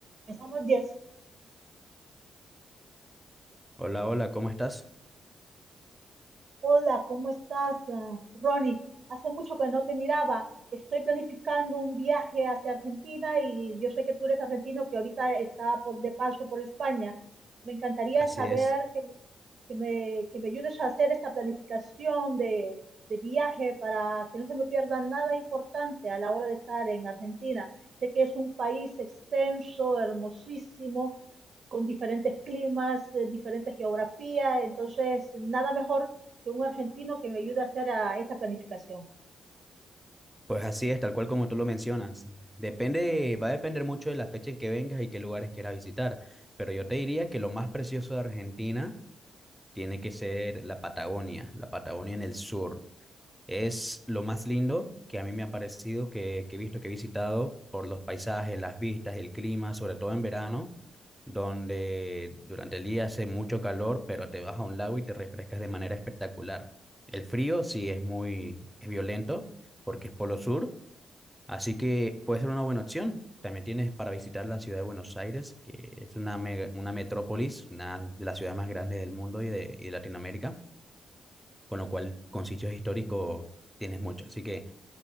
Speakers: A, on the right; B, in the centre.
A: Empezamos 10.
B: Hola, hola, ¿cómo estás?
A: Hola, ¿cómo estás, ah, Ronnie? Hace mucho que no te miraba. Estoy planificando un viaje hacia Argentina y yo sé que tú eres argentino que ahorita está por, de paso por España. Me encantaría
B: Así
A: saber
B: es.
A: que, me, que me- que me ayudes a hacer esta planificación de, de viaje para que no se me pierda nada importante a la hora de estar en Argentina. Sé que es un país extenso, hermosísimo con diferentes climas, eh, diferentes geografías, entonces nada mejor que un argentino que me ayude a hacer ah, esta planificación.
B: Pues así es, tal cual como tú lo mencionas. Depende, va a depender mucho de la fecha en que vengas y qué lugares quieras visitar, pero yo te diría que lo más precioso de Argentina tiene que ser la Patagonia, la Patagonia en el sur. Es lo más lindo que a mí me ha parecido, que, que he visto, que he visitado por los paisajes, las vistas, el clima, sobre todo en verano, donde durante el día hace mucho calor, pero te vas a un lago y te refrescas de manera espectacular. El frío sí es muy es violento porque es polo sur, así que puede ser una buena opción. También tienes para visitar la ciudad de Buenos Aires, que es una, mega- una metrópolis, una de las ciudades más grandes del mundo y de, y de Latinoamérica, con lo cual con sitios históricos tienes mucho. Así que